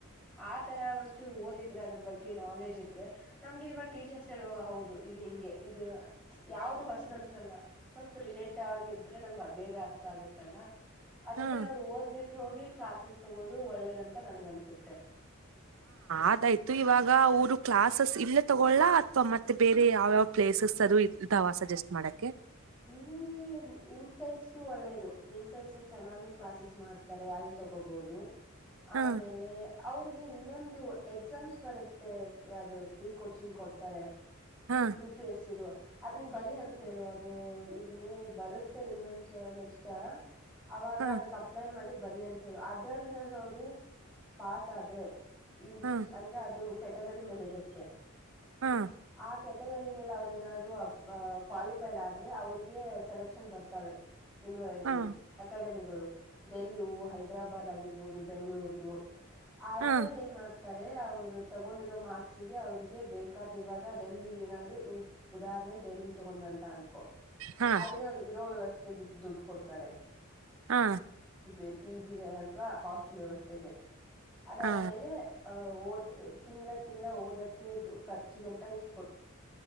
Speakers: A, in the centre; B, on the right (about 65°).
A: ಅತ್ ತರ ಒಂಚೂರು ಓದಿದ್ರೆ ಅದ್ರ ಬಗ್ಗೆ ನಾಲೆಜ್ ಇದ್ರೆ ನಮ್ಗೆ ಇವ ಟೀಚರ್ಸ್ ಹೇಳುವಾಗ ಹೌದು ಇದು ಹಿಂಗೆ ಇದು ಯಾವ್ದ ಹೊಸದ ಅನ್ಸಲ್ಲ ಸ್ವಲ್ಪ ರಿಲೇಟ್ ಆಗಿದ್ರೆ ನಮ್ಗೆ ಬೇಗ ಅರ್ಥ ಆಗುತ್ತಲ್ಲ ಅದಕ್ಕೆ
B: ಹಾ
A: ಅವರು ಓದಿಬಿಟ್ ಹೋಗಿ ಕ್ಲಾಸಸ್ ತಗೊಳ್ಳೋದು ಒಳ್ಳೆಯದಂತ ನಂಗ್ ಅನ್ಸುತ್ತೆ
B: ಅದಾಯ್ತು ಇವಾಗ ಕ್ಲಾಸಸ್ ಇಲ್ಲೇ ತಗೊಳ್ಳ ಇಲ್ಲ ಮತ್ತೆ ಯಾವ್ದಾರು ಬೇರೆ ಪ್ಲೇಸ್ ಇದಿಯಾ ಸಜೆಸ್ಟ್ ಮಾಡಕ್ಕೆ
A: ಇಲ್ಲಿ ಇನ್ಸೈಟ್ಸು ಒಳ್ಳೇದು ಇನ್ಸೈಟ್ಸ್ ಅಲ್ಲಿ ಚೆನ್ನಾಗೆ ಕ್ಲಾಸಸ್ ಮಾಡ್ತಾರೆ ಅಲ್ಲಿ ತಗೋಬಹುದು
B: ಹ
A: ಆಮೇಲೆ ಅವ್ರಿಗೆ ಇನ್ನೊಂದು ಎಕ್ಸಾಮ್ಸ್ ಬರುತ್ತೆ ಅದು ಪ್ರೀ ಕೋಚಿಂಗ್ ಕೊಡ್ತಾರೆ
B: ಹಾ
A: ಯು ಪಿ ಎಸ್ ಸಿ ಇದು ಅದುನ್ನ ಬರಿ ಅಂತ ಹೇಳು ಮೇ ಇನ್ನೊಂದು ಬರುತ್ತೆ ನೆಕ್ಸ್ಟ್ ಅವಾಗ
B: ಹಾ
A: ಅದಕ್ ಅಪ್ಲೈ ಮಾಡಿ ಬರಿ ಅಂತ ಹೇಳ ಅದ್ರಲ್ಲಿ ಏನಾದ್ರು ಅವರು ಪಾಸ್ ಆದ್ರೆ ಇಂತಿಷ್ಟ
B: ಹಾ
A: ಅಂದ್ರೆ ಅದು ಕೆಟಗರಿ ಮೇಲೆ ಇರುತ್ತೆ
B: ಹಾ
A: ಆ ಕೆಲಸ ಕ್ಯಾಟಗರಿ ಮೇಲೆ ಅವ್ರ ಏನಾದ್ರು ಅ ಕ್ವಾಲಿಫೈಡ್ ಆದ್ರೆ ಅವ್ರಿಗೆ ಸೆಲೆಕ್ಷನ್ ಬರ್ತವೆ ಇನ್ನು ಇದು
B: ಹಾ
A: ಅಕಾಡೆಮಿಗಳು ಡೆಲ್ಲಿ ಹೈದರಾಬಾದ್ ಆಗಿರಬಹುದು ಬೆಂಗಳೂರು ಆಗಿರಬಹುದು ಅದ್ರಲ್ಲಿ
B: ಹಾ
A: ಏನ್ ಮಾಡ್ತಾರೆ ಅವ್ರು ತಗೊಂಡಿರೋ ಮಾರ್ಕ್ಸ್ ಅವ್ರರಿಗೆ ಬೇಕಾದ ಇವಾಗ ಡೆಲ್ಲಿ ಏನಾದ್ರು ಇನ್ ಉದಾಹರಣೆ ಡೆಲ್ಲಿಗ್ ತಗೊಂಡ್ರ ಅನ್ಕೋ
B: ಹಾ ಹಾ
A: ಅಲ್ಲಿ ಅವ್ರು ಇರೋ ವ್ಯವಸ್ಥೆ ತೆಗೆದು ದುಡ್ಡು ಕೊಡ್ತಾರೆ
B: ಹಾ
A: ವ ಪಿಸಿಗ <unintelligible> ಅವಾ ಹಾಸ್ಟೆಲ್ ವ್ಯವಸ್ಥೆಗೆ ಅದಾದ್ಮೇಲೆ
B: ಹಾ
A: ಆ ಓದ್ ತಿಂಗಳ ತಿಂಗಳ ಓದಕ್ಕೆ ಖರ್ಚಿಗಂತ ಇಷ್ಟ